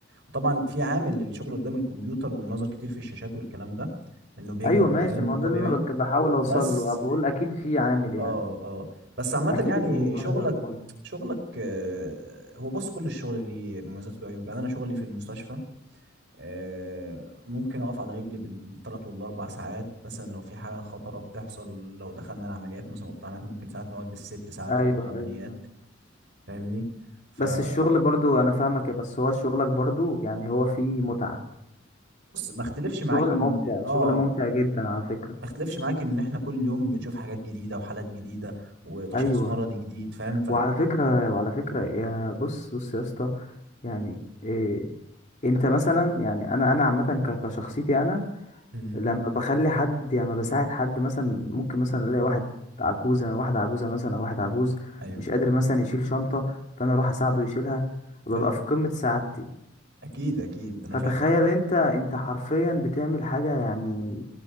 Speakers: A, on the right; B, on the left.
A: وطبعًا في عامل للشغل قدّام الكمبيوتر والنظر كتير في الشاشات والكلام ده، إنه بيجهد
B: ايوه ماشي
A: العين
B: ما
A: وده
B: هو
A: طبيعي،
B: ده اللي انا بك- بحاول اوصل
A: بس
B: له بقول اكيد في عامل يعني
A: آه، آه. بس عامةً
B: اكيد
A: يعني
B: الموضوع
A: شغلك
B: هيبقى مؤذي
A: شغلك آآ هو بُص كل الشغل ليه مميزات وله عيوب، يعني أنا شغلي في المستشفى آآ ممكن أقف على رجلي بال3 وال4 ساعات مثلًا لو في حاجة خطرة بتحصل، لو دخلنا العمليات مثلًا أوضة العمليات ممكن ساعات نقعد بال6 ساعات
B: ايوه
A: في أوضة العمليات
B: ايوه
A: فاهمني؟ فبُص
B: بس الشغل برضو انا فاهمك يا بس هو شغلك برضو يعني هو فيه متعة
A: ما اختلفش معاك
B: شغل
A: إن
B: ممتع
A: آه،
B: شغل ممتع جدا على فكرة
A: ما اختلفش معاك إن إحنا كل يوم بنشوف حاجات جديدة وحالات جديدة وتشخيص
B: ايوه
A: مرضي جديد فاهم؟ ف
B: وعلى فكرة وعلى فكرة يا بص بص يا اسطى يعني إيه انت مثلا يعني انا انا عامة ك- كشخصيتي انا
A: إمم،
B: لما بخلي حد يعني لما بساعد حد مثلا ممكن مثلا الاقي واحد عجوزة واحدة عجوزة مثلا او واحد عجوز
A: أيوه،
B: مش قادر مثلا يشيل شنطة فانا اروح اساعده يشيلها ببقى
A: حلو.
B: في قمة سعادتي
A: أكيد، أكيد، أنا
B: فتخيل
A: فاهم.
B: أنت أنت حرفيًا بتعمل حاجة يعني